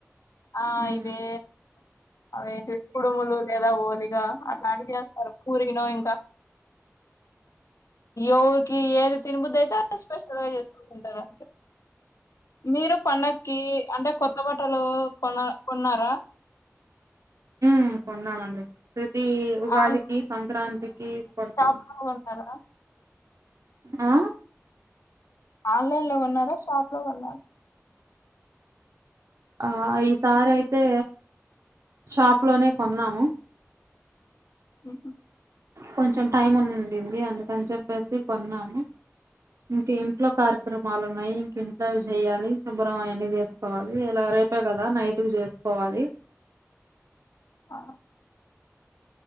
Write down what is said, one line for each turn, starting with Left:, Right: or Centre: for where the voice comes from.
Left: ఆ
Right: ఉమ్
Left: ఇవే అవేంటి కుడుములు లేదా ఓలిగా అట్లాంటి చేస్తారు పురిలో ఇంకా ఎవరికి ఏది తిినబుద్దయితే అది స్పెషల్ గా చేసుకుం తింటారా మీరు పండక్కి అంటే కొత్త బట్టలు కొన కొన్నారా
Right: హు కొన్నామండి ప్రతి ఉగాదికి
Left: ఆన్
Right: సంక్రాంతికి కొంటం
Left: షాప్ లో కొన్నారా
Right: ఆ
Left: ఆన్లైన్ లో కొన్నారా షాప్ లో కొన్నా
Right: ఆ ఈసారైతే షాప్ లోనే కొన్నాము
Left: అహ
Right: కొంచెం టైం ఉండింది అందుకని చెప్పేసి కొన్నాము హు తింట్లో కార్యక్రమాలు ఉన్నాయి ఇంట్లో చెయ్యాలి శుభ్రం అవన్నీ చేసుకోవాలి ఇలా రేపె కదా నైట్ కు చేసుకోవాలి
Left: ఆ